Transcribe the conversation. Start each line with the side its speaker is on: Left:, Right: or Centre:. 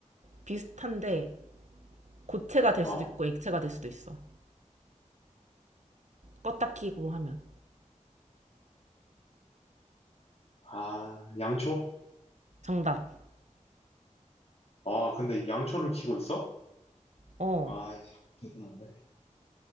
Right: 비슷한데 고체가 될
Left: 어.
Right: 수도 있고 액체가 될 수도 있어. 껐다 키고 하면.
Left: 아, 양초?
Right: 정답.
Left: 아, 근데 양초를 키고 있어?
Right: 어.
Left: 아, 대단한데.